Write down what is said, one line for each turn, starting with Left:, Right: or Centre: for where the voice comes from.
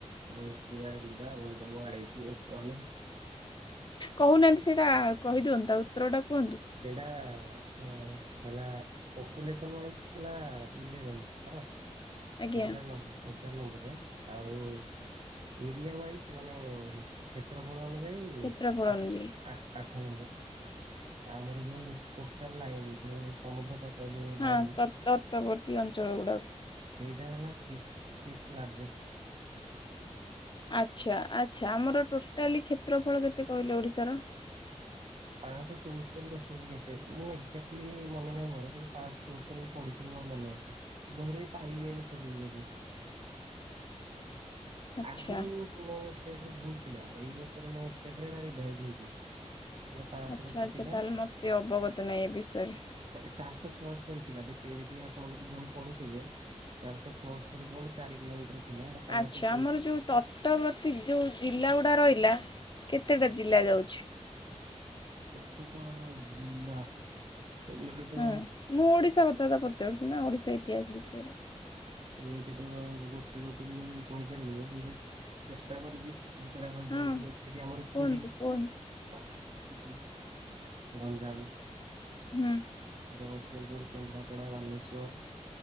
Right: ହଉ ହିଷ୍ଟ୍ରି ଆଡ଼େ ଯିବା ଆଉ ମୁଁ ଆଡ଼େଇଛି <unintelligible>
Left: କହୁନାହାନ୍ତି ସେଇଟା କହିଦିଅନ୍ତୁ ତା ଉତ୍ତରଟା କୁହନ୍ତୁ।
Right: ସେଇଟା ଆଁ ଥିଲା ପପୁଲେସନ ୱାଇଜ ଥିଲା। ଇଲେବେନ୍ଥ ହେଲା
Left: ଆଜ୍ଞା
Right: ଏଗାର ନମ୍ବ ଏଗାର ନମ୍ବର ରେ ଆଉ ଏରିଆ ୱାଇଜ ମାନେ କ୍ଷେତ୍ର ଫଳ ଅନୁଯାୟୀ
Left: କ୍ଷେତ୍ରଫଳ
Right: ଆ-
Left: ଅନୁଯାୟୀ
Right: ଆ-ଆଠ ନମ୍ବର ରେ। ଆମର ଯୋଉ କୋଷ୍ଟାଲ ଲାଇନ ଯୋଉ ସମୁଦ୍ର ତଟ ଯୋଉ
Left: ହଁ
Right: ଲାଇନ
Left: ତ ତତବର୍ତ୍ତୀ ଅଞ୍ଚଳ ଗୁଡ଼ାକ।
Right: ସେଇଟା ହେଲା ସିକ୍ସଥ୍ ସିକ୍ସଥ୍ ଲାର୍ଜେଷ୍ଟ।
Left: ଆଚ୍ଛା ଆଚ୍ଛା ଆମର ଟୋଟାଲି କ୍ଷେତ୍ରଫଳ କେତେ କହିଲେ ଓଡ଼ିଶାର?
Right: ପାଁଶହ ଚଉସ୍ତରି ଦଶମିକ କେତେ ମୁଁ ଏକ୍ଜାକ୍ଟଲି ମନେ ନାହିଁ ମୋର କିନ୍ତୁ ପାଁଶହ ଚୋଉଷ୍ତୋରି ମୁଁ ପଢ଼ିଥିଲି ମୋର ମନେ ଅଛି ବହିରେ ବି ପାଇବି ଏଇନେ ଖୋଜିବି ଯଦି।
Left: ଆଚ୍ଛା
Right: ଆଗରୁ ପୁରୁଣା ଷ୍ଟେଟରେ ଭୁଲ ଥିଲା ଏଇ ବର୍ଷର ନୂଆ ଷ୍ଟେଟ ହେଟା ରିଭାଇଜ ହେଇଛି। ଏଇଟା ପାଞ୍ଚଶହ
Left: ଆଚ୍ଛା
Right: କେତେ
Left: ଆଚ୍ଛା
Right: ଥିଲା
Left: ତାହାଲେ ମୋତେ ଅବଗତ ନାହିଁ ଏ ବିଷୟରେ।
Right: ଏଁ ଚାରିଶହ ଛଅସ୍ତରୀ ଥିଲା ଦେଖିବେ ଦେଖିବେ ଆପଣ ଯଦି ବହି ପଢ଼ୁଥିବେ। ଚାରିଶହ ଛଅସ୍ତରି ପଏଣ୍ଟ ଚାରି କିଲୋମିଟର ଥିଲା ହେଟା ପାଁଶହ
Left: ଆଚ୍ଛା ଆମର ଯୋଉ ତଟବର୍ତ୍ତୀ ଯୋଉ ଜିଲ୍ଲା ଗୁଡ଼ା ରହିଲା କେତେଟା ଜିଲ୍ଲା ଯାଉଛି?
Right: କେତେଟା ଜିଲ୍ଲା ସେମିତି ତ
Left: ହୁଁ ମୁଁ ଓଡ଼ିଶା କଥାଟା ପଚାରୁଛି ନା ଓଡ଼ିଶା ଇତିହାସ ବିଷୟରେ।
Right: ଏମିତି ତ ଗୋଟି ଗୋଟି କି ମୁଁ କହିପାରିବିନି କିନ୍ତୁ ଚେଷ୍ଟା କରୁଛି। ଯେତେଟା କହିପାରିବି
Left: ହଁ
Right: ଯେମିତି କି ଆମର ପୁରୀ
Left: କୁହନ୍ତୁ କୁହନ୍ତୁ
Right: ପୁରୀ। ଗଞ୍ଜାମ
Left: ହୁଁ।
Right: ଜଗତସିଂହପୁର, କେନ୍ଦ୍ରାପଡ଼ା, ବାଲେଶ୍ୱର